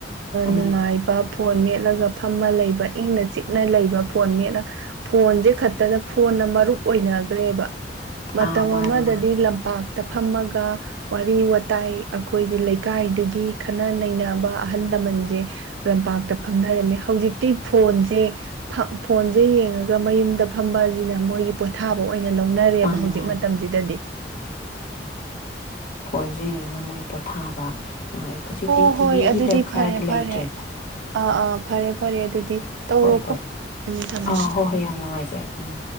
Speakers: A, on the left; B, on the right.
A: ꯎꯝ
B: ꯅꯨꯡꯉꯥꯏꯕ ꯐꯣꯟ ꯃꯦꯠꯂꯒ ꯐꯝꯃ ꯂꯩꯕ ꯏꯪꯅ-ꯆꯤꯛꯅ ꯂꯩꯕ ꯐꯣꯟ ꯃꯦꯠꯂꯒ ꯐꯣꯟꯖꯦ ꯈꯛꯇꯗ ꯐꯣꯟ ꯐꯣꯟꯅ ꯃꯔꯨꯞ ꯑꯣꯏꯅꯒ꯭ꯔꯦ ꯕꯥ ꯃꯇꯝ
A: ꯑꯥ ꯃꯥꯅꯦ
B: ꯑꯃꯗꯗꯤ
A: ꯃꯥꯅꯦ
B: ꯂꯝꯄꯥꯛꯇ ꯐꯝꯃꯒ ꯋꯥꯔꯤ- ꯋꯥꯇꯥꯏ ꯑꯩꯈꯣꯏꯒꯤ ꯂꯩꯀꯥꯏꯗꯨꯒꯤ ꯈꯟꯅ-ꯅꯩꯅꯕ ꯑꯍꯜ ꯂꯃꯟꯖꯦ ꯂꯝꯄꯥꯛꯇ ꯐꯝꯅꯔꯝꯃꯤ ꯍꯧꯖꯤꯛꯇꯤ ꯐꯣꯟꯖꯦ ꯐ ꯐꯣꯟꯖꯦ ꯌꯦꯡꯉꯒ ꯃꯌꯨꯝꯗ ꯐꯝꯕꯖꯤꯅ ꯃꯣꯏꯒꯤ ꯄꯣꯊꯥꯕ ꯑꯣꯏ ꯑꯣꯏꯅ ꯂꯧꯅꯔꯦꯕꯥ
A: ꯃꯥꯅꯦ
B: ꯍꯧꯖꯤꯛ
A: ꯃꯥꯅꯦ
B: ꯃꯇꯝꯖꯤꯗꯗꯤ
A: ꯐꯣꯟꯖꯦ ꯌꯦꯡꯉ ꯃꯣꯏ ꯄꯣ ꯊꯥꯕ ꯑꯥ ꯍꯣꯏ ꯍꯧꯖꯤꯛꯇꯤ
B: ꯍꯣ
A: ꯇꯤ
B: ꯍꯣꯏ
A: ꯚꯤꯒꯤ
B: ꯑꯗꯨꯗꯤ
A: ꯗꯔꯀꯥꯔꯗꯤ
B: ꯐꯔꯦ
A: ꯂꯩꯇ꯭ꯔꯦꯗ
B: ꯐꯔꯦ ꯑꯥ ꯑꯥ ꯐꯔꯦ ꯐꯔꯦ ꯑꯗꯨꯗꯤ ꯇꯧꯔꯣꯀꯣ
A: ꯍꯣꯏ ꯍꯣꯏ
B: ꯎꯝ ꯊꯝꯃꯦ
A: ꯑꯥ
B: ꯊꯝꯃꯦ
A: ꯍꯣꯏ ꯍꯣꯏ ꯌꯥꯝ ꯅꯨꯡꯉꯥꯏꯖꯔꯦ ꯎꯝ